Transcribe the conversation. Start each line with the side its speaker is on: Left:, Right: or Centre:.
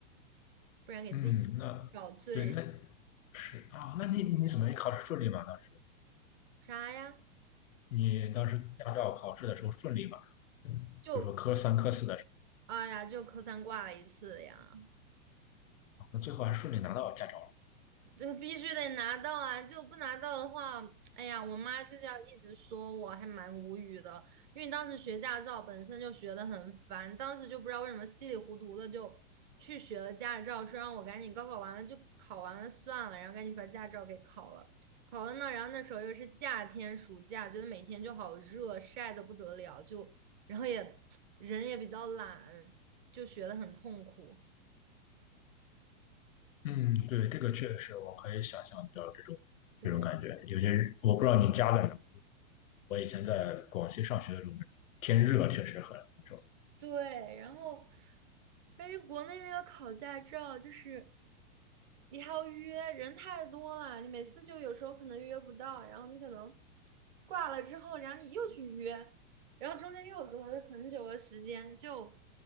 Right: 不然给自己
Left: 嗯，那对那
Right: 找罪
Left: 是啊、那你你怎么你考试顺利吗？当时
Right: 啥呀？
Left: 你当时驾照考试的时候顺利吗？嗯比如说科三、
Right: 就
Left: 科四的时
Right: 哎呀，就科三挂了一次呀，
Left: 候，那最后还顺利拿到驾照了。
Right: 对，必须得拿到啊！就不拿到的话，哎呀，我妈就是要一直说我，还蛮无语的。因为当时学驾照本身就学得很烦，当时就不知道为什么稀里糊涂的就去学了驾照，说让我赶紧高考完了就考完了算了，然后赶紧把驾照给考了。考了呢，然后那时候又是夏天，暑假，觉得每天就好热，晒得不得了，就然后也 <tsk> 人也比较懒，就学得很痛苦。
Left: 嗯，对，这个确实我可以想象到这种这种感觉。
Right: 对。
Left: 有些，是我不知道你家在哪，我以前在广西上学的时候，天热确实很难受。
Right: 对，然后关于国内那个考驾照，就是你还要约，人太多了，你每次就有时候可能约不到，然后你可能挂了之后，然后你又去约，然后中间又隔了很久的时间，就